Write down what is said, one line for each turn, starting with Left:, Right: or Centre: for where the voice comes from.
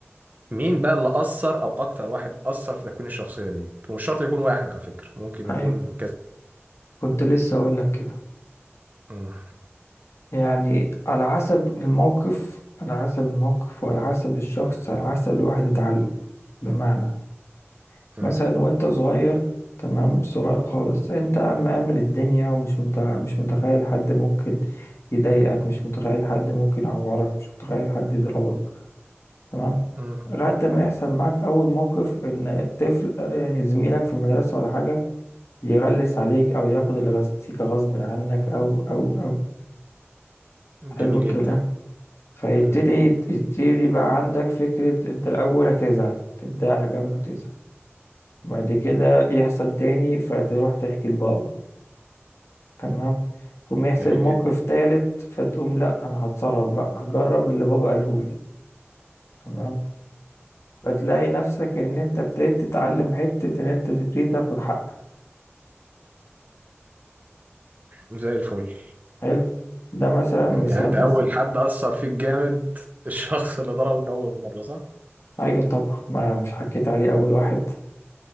Right: مين بقى اللي اثر او اكتر واحد اثر في تكوين الشخصية دي ومش شرط يكون واحد على فكرة ممكن يكون
Left: ايوه
Right: كذا
Left: كنت لسه اقول لك كده
Right: مم.
Left: يعني على حسب الموقف على حسب الموقف وعلى حسب الشخص على حسب الواحد اتعلم بمعنى
Right: مم.
Left: مثلا وانت صغير تمام صغير خالص انت مأمن الدنيا ومش مت... مش متخيل حد ممكن يضايقك مش متخيل حد ممكن يعورك مش متخيل حد يضربك تمام
Right: مم.
Left: لغاية ما يحصل معاك أول موقف إن طفل يعني زميلك في المدرسة ولا حاجة يغلس عليك او ياخد الغازيكا غصب عنك او او او
Right: جميل
Left: حلو الكلام
Right: جدا
Left: فيبتدي
Right: مم.
Left: يت- يبتدي بقى عندك فكرة انت الاول هتزعل تتضايق على جنب وتزعل بعد كده يحصل تاني فتروح تحكي لبابا تمام تقوم يحصل
Right: جميل
Left: موقف
Right: جدا
Left: تالت فتقوم لا انا هتصرف بقى هجرب اللي بابا قالهولي تمام فتلاقي نفسك ان انت ابتديت تتعلم حتة ان انت تبتدي تاخد حقك
Right: زي الفل
Left: حلو ده مثلا مثال
Right: يعني انت
Left: بسيط
Right: اول حد اثر فيك جامد <laughs> الشخص اللي ضربك اول مره صح
Left: ايوه طبعا ما مش حكيت عليه اول واحد